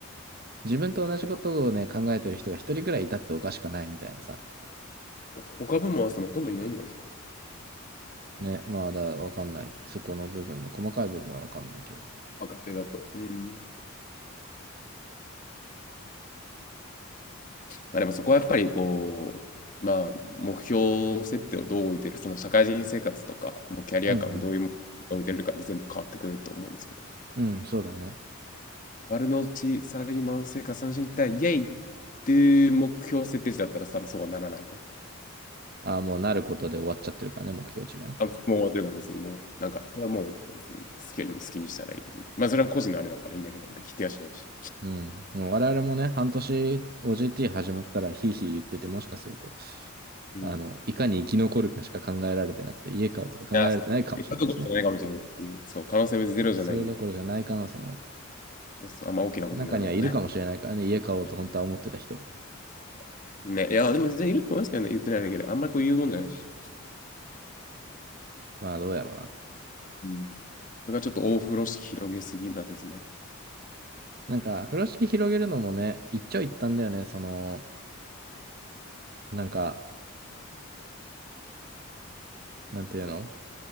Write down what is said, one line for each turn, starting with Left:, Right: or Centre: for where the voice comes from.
Right: 自分と同じことをね、
Left: ほ
Right: 考えてる人が一人ぐらいいたっておかしくはないみたいなさ。
Left: 他部門合わせてもほとんどいないんじゃないですか。
Right: ね、まあだ、わかんない。そこの部分の細かい部分はわかんないけど。
Left: 若手だと。うん。まあでもそこはやっぱりこう、まあ目標設定をどう置いてる、その社会人生活とか、もうキャリア感をどういうものに置いてるかで全部変わってくると思うんですけど。
Right: うんうん。うん、そうだね。
Left: 丸の内サラリーマン生活三振一体イエイっていう目標設定時だったら多分そうはならないと
Right: ああ、もうなることで終わっちゃってるからね、目標値がね。
Left: あ、もう終わってるから別にもう、なんか、それはもう別に好きに好きにしたらいいです。別にまあ、それは個人のあれだからいいんだけど、否定はしないし。
Right: うん。もう我々もね、半年 OJT 始まったらヒーヒー言ってて、もしかすると、
Left: うんい
Right: あの、いかに生き残るかしか考えられてなくて、家買うとか考えられてないかもしれないですね。
Left: や、そうそうそういうところじゃないかもしれないっていう、そう、可能性はゼロじゃないんで、
Right: そそれどころじゃない可能性もある。
Left: そうそうあんま大きなこと言わないでね。
Right: 中にはいるかもしれないからね、家買おうと本当は思ってた人。
Left: <laughs> ね、いや、でも全然いると思いますけどね、言ってないだけで、あんまりこう言うもんじゃないし。
Right: まあどうやろうな。
Left: うんそれがちょっと大風呂敷広げすぎな説もあるし。
Right: なんか、風呂敷広げるのもね、一長一短だよね。その、なんか、なんていうの